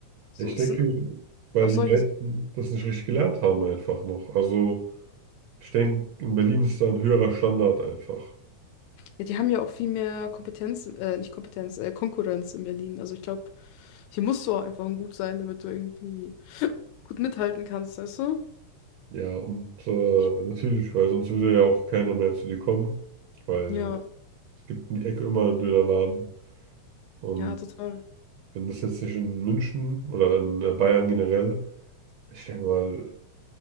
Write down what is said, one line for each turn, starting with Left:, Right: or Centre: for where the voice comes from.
Left: So,
Right: Ich
Left: es
Right: denke,
Left: sind
Right: weil
Left: auch solche
Right: die meisten
Left: Sachen.
Right: das nicht richtig gelernt haben einfach noch. Also ich denke, in Berlin ist da ein höherer Standard einfach.
Left: Ja, die haben ja auch viel mehr Kompetenz, äh, nicht Kompetenz, äh, Konkurrenz in Berlin. Also ich glaube, hier musst du auch einfach gut sein, damit du irgendwie gut mithalten kannst, weißt du?
Right: Ja, und äh,
Left: Denk ich.
Right: natürlich, weil sonst würde ja auch keiner mehr zu dir kommen. Weil
Left: Ja.
Right: Es gibt um die Ecke immer einen Dönerladen. Und
Left: Ja, total.
Right: wenn das jetzt nicht in München oder in äh, Bayern generell, ich denke mal,